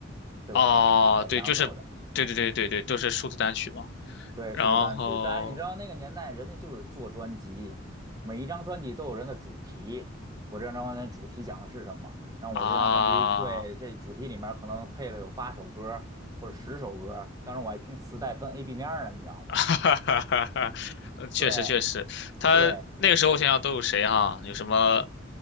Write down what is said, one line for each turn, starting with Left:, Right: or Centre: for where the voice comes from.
Right: 对吧？
Left: 哦，
Right: 一首两首的，
Left: 对，就是，对对对对对，都是数字单曲嘛。
Right: 对，
Left: 然后
Right: 数字单曲。但是你知道那个年代，人家就是做专辑，每一张专辑都有人的主题。我这张专辑的主题讲的是什么？然后我这张专辑，
Left: 啊，
Right: 对，这主题里面可能配了有八首歌或者十首歌当时我还听磁带分
Left: <laughs>
Right: A、B 面儿呢，你知道吗？
Left: 哈哈哈哈，呃确实确实，
Right: 对
Left: 他那个时候想想都有谁哈、
Right: 对，
Left: 有什么